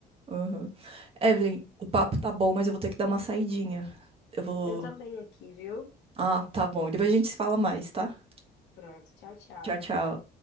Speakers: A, on the right (about 35°); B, on the left (about 80°).
A: Aham. Evelyn, o papo tá bom, mas eu vou ter que dar uma saidinha. Eu vou.
B: eu também aqui, viu?
A: Ah, tá bom. Depois a gente se fala mais, tá?
B: Pronto, tchau, tchau.
A: Tchau, tchau.